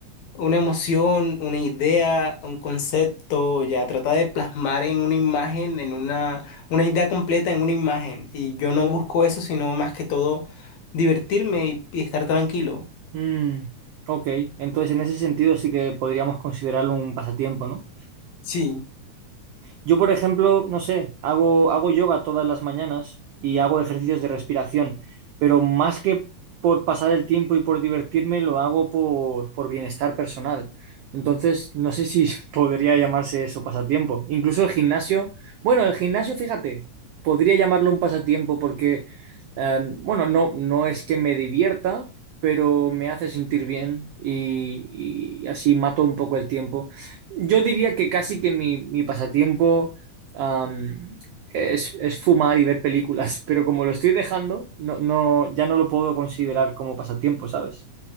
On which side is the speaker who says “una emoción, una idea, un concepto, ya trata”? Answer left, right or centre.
Left